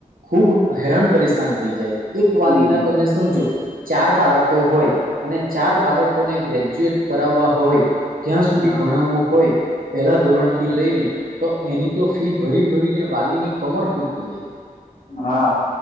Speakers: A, on the right; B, on the left.
A: ખુબ હેરાન પરેશાન થઈ જાય એક વાલી
B: હમ
A: ના તમે સમજો ચાર બાળકો હોય અને ચાર બાળકોને ગ્રેજ્યુએટ કરાવવા હોય ક્યાં સુધી
B: હા
A: ભણાવવું હોય પહેલા ધોરણ થી લઈને તો એની તો ફી ભરી ભરીને વાલી ની કમર તૂટી જાય
B: હા